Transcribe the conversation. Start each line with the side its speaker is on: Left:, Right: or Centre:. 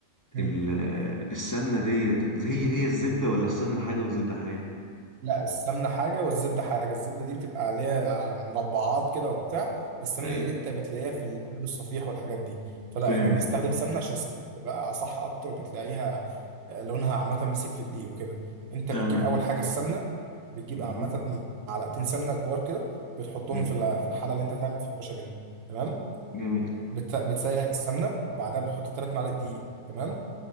Right: مم.
Left: ال-
Right: تمام
Left: السمنة ديت هي هي الزبدة ولا السمنة حاجة والزبدة حاجة؟
Right: لا السمنة حاجة والزبدة حاجة الزبدة دي بتبقى عليها على مربعات كده وبتاع السمنة
Left: ايوه
Right: دي انت بتلاقيها في القلب الصفيح والحاجات دي فلا
Left: فهمت
Right: احنا بنستخدم سمنة عشان السمنة تبقى صح أكتر وبتلاقيها آه، لونها عامة مسك في الدقيق وكده انت
Left: تمام
Right: بتجيب أول حاجة السمنة بتجيب
Left: مهم.
Right: عامة معلقتين سمنة كبار كده بتحطهم
Left: جميل
Right: في ال- في الحلة اللي انت هتعمل فيها البشاميل تمام
Left: جميل
Right: بت- بتسيح السمنة بعدها بتحط تلات معالق دقيق تمام